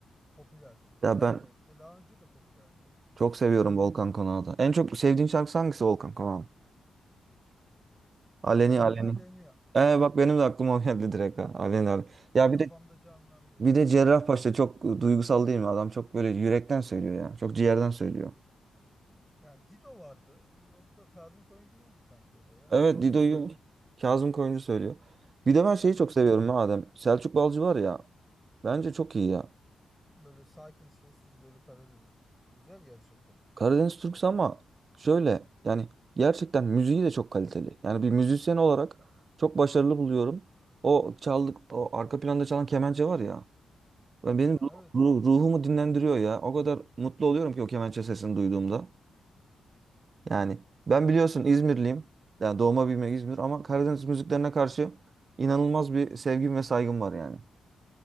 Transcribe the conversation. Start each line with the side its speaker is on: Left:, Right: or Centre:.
Centre: popüler. Güzel
Right: Ya ben
Centre: de e, daha önce de popülerdi.
Right: çok seviyorum
Centre: Dinleniyor
Right: Volkan
Centre: ya.
Right: Konak'ı da. En çok sevdiğin şarkısı hangisi Volkan Konak'ın? Aleni
Centre: Aleni
Right: Aleni.
Centre: Aleni
Right: Ee
Centre: aynen.
Right: bak benim de aklıma o geldi direkt ha. Aleni Aleni.
Centre: Böyle
Right: Ya
Centre: kafamda
Right: bir de
Centre: canlandı böyle
Right: bir de
Centre: direkt.
Right: Cerrahpaşa
Centre: Bah.
Right: çok duygusal değil mi? Adam çok böyle yürekten söylüyor ya. Çok ciğerden söylüyor.
Centre: Ya Dido vardı. O da Kazım Koyuncu'nundu sanki o da ya.
Right: Evet
Centre: Onu da
Right: Dido'yu
Centre: söylüyordu.
Right: Kazım Koyuncu söylüyor. Bir de ben şeyi
Centre: O da
Right: çok
Centre: güzel.
Right: seviyorum ha Adem. Selçuk Balcı var ya. Bence çok iyi ya.
Centre: Böyle sakin, sessiz böyle Karadeniz türküsü güzel gerçekten.
Right: Karadeniz Türküsü ama şöyle yani gerçekten müziği de çok kaliteli. Yani bir müzisyen olarak çok başarılı buluyorum. O çaldık o arka planda çalan kemençe var ya. Ben
Centre: Ya
Right: benim ru-
Centre: evet
Right: ru- ruhumu dinlendiriyor ya. O kadar mutlu oluyorum ki o kemençe sesini duyduğumda. Yani ben biliyorsun İzmirliyim. Yani doğma büyüme İzmir ama Karadeniz müziklerine karşı inanılmaz bir sevgim ve saygım var yani.